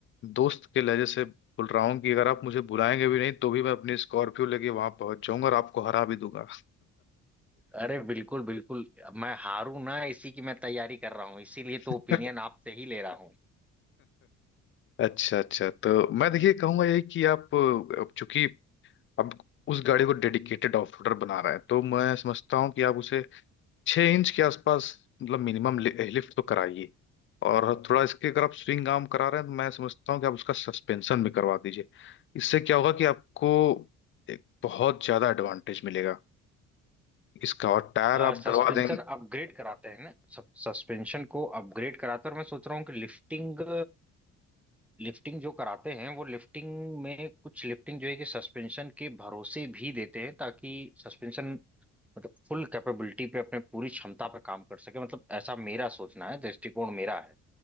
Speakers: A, on the left (about 40°); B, in the centre.
A: दोस्त के लहजे से बोल रहा हूँ कि अगर आप मुझे बुलाएंगे भी नहीं तो भी मैं अपनी स्कॉर्पियो लेके वहां पहुंच जाऊंगा और आपको हरा भी दूंगा
B: अरे बिल्कुल बिल्कुल मैं हारू ना इसी की मैं तैयारी कर रहा हूँ इसीलिए
A: <laughs>
B: तो ओपिनियन आपसे ही ले रहा
A: अच्छा अच्छा तो मैं देखिए कहूंगा यही कि आप अब चूंकि अब उस गाड़ी को डेडिकेटेड ऑफ रोडर बना रहे हैं तो मैं समझता हूँ कि आप उसे छः इंच के आसपास मतलब मिनिमम लिफ्ट तो कराइए और थोड़ा इसके अगर आप स्विंग आर्म करा रहे हैं तो मैं समझता हूँ कि आप उसका सस्पेंशन भी करवा दीजिए इससे क्या होगा कि आपको एक बहुत ज्यादा एडवांटेज मिलेगा इसका और टायर आप
B: सस्पेंशन
A: डलवा देंगे
B: अपग्रेड कराते हैं ना सब सस्पेंशन को अपग्रेड कराते हैं और मैं सोच रहा हूँ कि लिफ्टिंग लिफ्टिंग जो कराते हैं वो लिफ्टिंग में कुछ लिफ्टिंग जो है कि सस्पेंशन के भरोसे भी देते हैं ताकि सस्पेंशन मतलब फुल कैपेबिलिटी पे अपने पूरी क्षमता पे काम कर सके मतलब ऐसा मेरा सोचना है दृष्टिकोण मेरा है